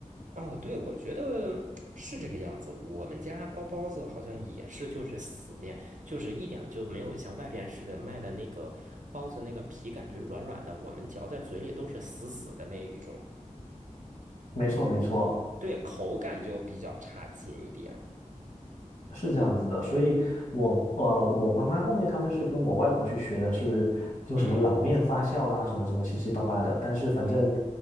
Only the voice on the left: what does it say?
没错，没错。
是这样子的，所以我呃，我妈妈后面他们是跟我外婆去学的是，就什么老面发酵啦，
什么什么七七八八的。但是反正，